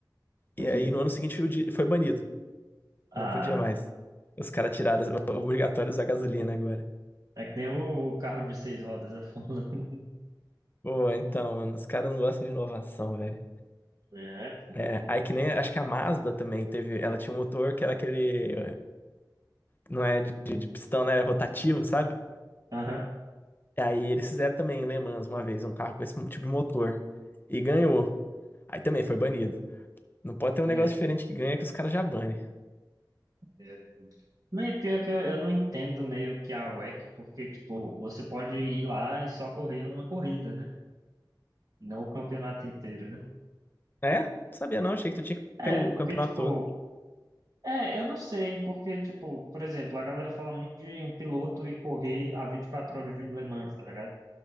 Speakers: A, on the right; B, on the left.
A: <laughs>
B: E aí no ano seguinte o di- foi banido.
A: Ah,
B: Não podia mais. Os caras tiraram, obrigatório usar <laughs> gasolina agora.
A: é que nem o, o carro de seis rodas da <laughs> Fórmula 1.
B: Pô, então, mano, os caras não gostam de inovação, velho.
A: É,
B: É, aí que nem, acho que a Mazda também teve, ela tinha um motor que era aquele, não é de, de de pistão, né, era rotativo, sabe?
A: aham,
B: E aí eles fizeram também em Le Mans uma vez, um carro com esse tipo de motor, e ganhou. Aí também foi banido. Não pode ter
A: é,
B: um negócio diferente que ganha que os caras já banem.
A: é. Mas pior que eu, eu não entendo meio que a WEC, porque, tipo, você pode ir lá e só correr uma corrida, né? Não o campeonato inteiro, né?
B: É? Não sabia não, achei que tu tinha que
A: É,
B: pegar o
A: porque,
B: campeonato
A: tipo,
B: todo.
A: É, eu não sei, porque, tipo, por exemplo, a galera fala muito de um piloto e correr a 24 horas de Le Mans, tá ligado?